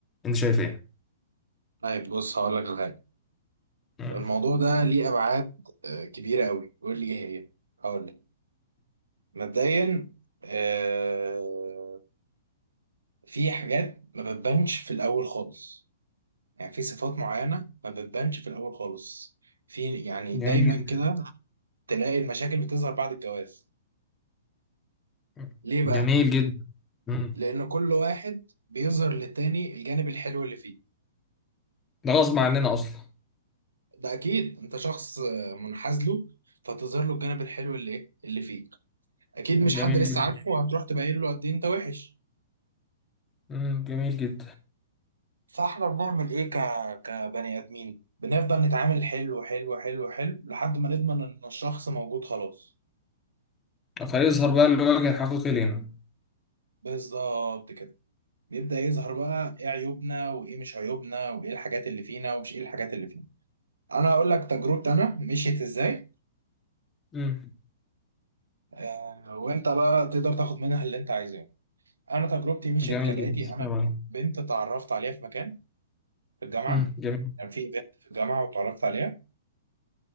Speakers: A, on the left (about 20°); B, on the right (about 85°).
A: انت شايف ايه
B: طيب بص هقول لك على حاجه
A: مم.
B: الموضوع ده ليه ابعاد آه، كبيره قوي قول لي ايه هي هقول لك مبدئيا آه، في حاجات ما بتبانش في الاول خالص يعني في صفات معينه ما بتبانش في الاول خالص في يعني
A: جميل
B: دايما
A: جدا
B: كده تلاقي المشاكل بتظهر بعد الجواز
A: مم.
B: ليه بقى
A: جميل جدا مم.
B: لان كل واحد بيظهر للتاني الجانب الحلو اللي فيه
A: ده غصب عننا اصلا
B: ده اكيد انت شخص آه، منحاز له فتظهر له الجانب الحلو اللي إيه؟ اللي فيه اكيد
A: جميل
B: مش حد لسه
A: جدا
B: عارفه وهتروح تبين له قد ايه انت وحش
A: مم. جميل جدا
B: فاحنا بنعمل ايه ك... كبني ادمين بنفضل نتعامل حلو حلو حلو حلو لحد ما نضمن ان الشخص موجود خلاص
A: فيظهر بقى الوجه الحقيقي لنا
B: بالظبط كده بيبدا يظهر بقى ايه عيوبنا وايه مش عيوبنا وايه الحاجات اللي فينا ومش ايه الحاجات اللي فينا انا هقول لك تجربتي انا مشيت ازاي
A: مم.
B: آه وانت بقى تقدر تاخد منها اللي انت عايزاه انا تجربتي مشيت
A: جميل
B: كالاتي
A: جدا
B: انا
A: طبعا
B: بنت اتعرفت عليها في مكان في الجامعه
A: مم. جميل
B: كان في بنت في الجامعه واتعرفت عليها